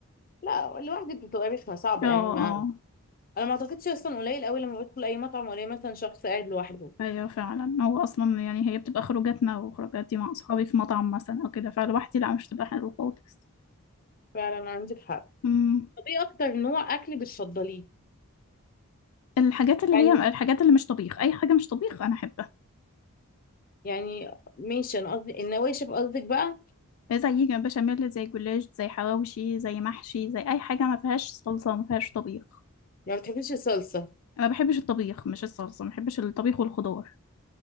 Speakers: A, on the left (about 40°); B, on the left (about 75°).
A: لا لوحدك بتبقى رخمه صعبه
B: اه
A: يعني ما
B: آه.
A: انا ما اعتقدش اصلا قليل قوي لما بدخل اي مطعم ولا مثلا شخص قاعد لوحده
B: ايوه فعلا هو اصلا يعني هي بتبقى خروجاتنا وخروجاتي مع اصحابي في مطعم مثلا او كده فلوحدي لا مش تبقى حلوه خالص
A: فعلا عندك حق
B: امم
A: طب ايه اكتر نوع اكل بتفضليه
B: الحاجات اللي
A: يعني
B: هي الحاجات اللي مش طبيخ اي حاجه مش طبيخ انا احبها
A: يعني ماشي انا قصدي النواشف قصدك بقى يعني
B: زي جنب بشاميل زي جلاش زي حواوشي زي محشي زي اي حاجه ما فيهاش صلصه وما فيهاش طبيخ
A: ما بتحبيش الصلصه
B: انا ما بحبش الطبيخ مش الصلصه ما بحبش الطبيخ والخضار